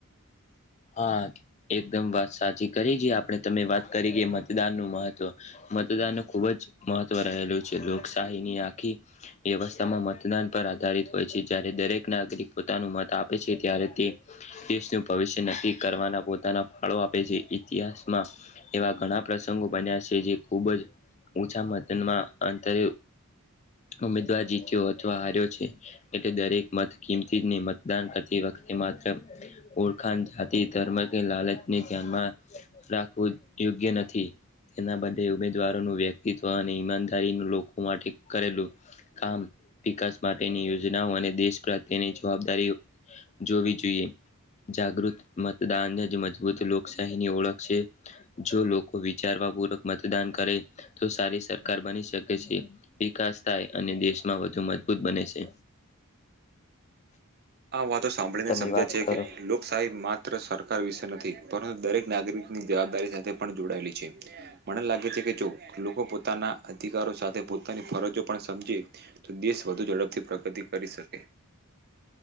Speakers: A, on the left; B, on the right.
A: હા એકદમ વાત સાચી કરી છે આપણે તમે વાત કરી ગઈ મતદાન નું મહત્ત્વ મતદાન ખૂબ જ મહત્વ રહેલું છે લોકશાહીની આખી વ્યવસ્થામાં મતદાન પર આધારિત હોય છે જ્યારે દરેક નાગરિક પોતાનું મત આપે છે ત્યારે તે દેશનું ભવિષ્ય નક્કી કરવાના પોતાના ફાળો આપે છે ઇતિહાસમાં એવા ઘણા પ્રશ્ બન્યા છે જે ખૂબ જ ઓછા મતનમાં અંતરે ઉમેદવાર જીત્યો અથવા હાર્યો છે એટલે દરેક મત કિંમતીને મતદાન કરતી વખતે માત્ર ઓર્ટ જાતિ ધર્મ કે લાલચને ધ્યાનમાં રાખવું યોગ્ય નથી તેના બદલે ઉમેદવારોનું વ્યક્તિત્વ અને ઈમાનદારી લોકો માટે કરેલું કામ વિકાસ માટેની યોજનાઓ અને દેશ પ્રત્યેની જવાબદારીઓ જોવી જોઈએ જાગૃત મતદાન જ મજબૂત લોકશાહીની ઓળખ છે જો લોકો વિચારવા પ પૂક મતદાન કરે તો સારી સરકાર બની શકે છે વિકાસ થાય અને દેશમાં વધુ મજબૂત બને છે
B: આ વાતો સાંભળીને
A: તમે
B: સમજે
A: વાત
B: છે
A: કરો
B: કે ા માત્ર સરકાર વિશે નથી પરંતુ દરેક નાગરિક ની જવાબદારી સાથે પણ જોડાયેલી છે મને લાગે છે કે જો લોકો પોતાના અધિકારો સાથે પોતાની ફરજો પણ સમજે તો દેશ વધુ ઝડપથી પ્રગતિ કરી શકે